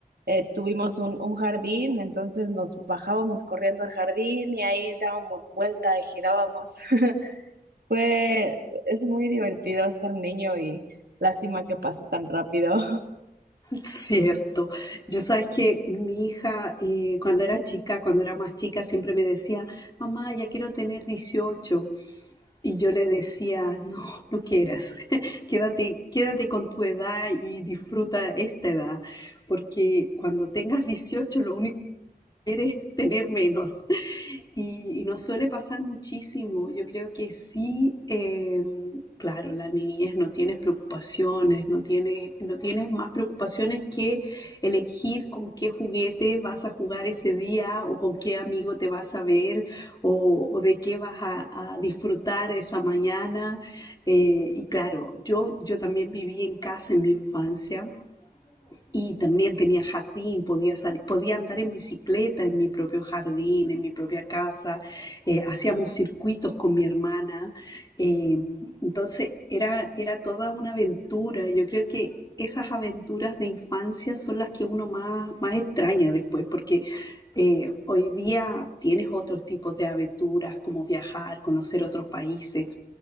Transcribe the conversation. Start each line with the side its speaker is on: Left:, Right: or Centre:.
Right: eh, tuvimos un, un jardín, entonces nos bajábamos corriendo al jardín y ahí dábamos vuelta y girábamos. <laughs> Fue, es muy divertido ser niño y lástima que pase tan rápido.
Left: Cierto. Yo sabes que mi hija, eh, cuando era chica, cuando era más chica, siempre me decía, mamá, ya quiero tener 18. Y yo le decía, no, no quieras, <laughs> quédate, quédate con tu edad y disfruta esta edad, porque cuando tengas 18 lo único que quieres es tener menos. Y, y nos suele pasar muchísimo. Yo creo que sí, eh, claro, la niñez no tienes preocupaciones, no tienes, no tienes más preocupaciones que elegir con qué juguete vas a jugar ese día o con qué amigo te vas a ver o, o de qué vas a, a disfrutar esa mañana. Eh, y claro, yo, yo también viví en casa en mi infancia. Y también tenía jardín, podía, salir, podía andar en bicicleta en mi propio jardín, en mi propia casa. eh, hacíamos circuitos con mi hermana. eh, entonces era, era toda una aventura. Yo creo que esas aventuras de infancia son las que uno más, más extraña después, porque eh, hoy día tienes otros tipos de aventuras, como viajar, conocer otros países,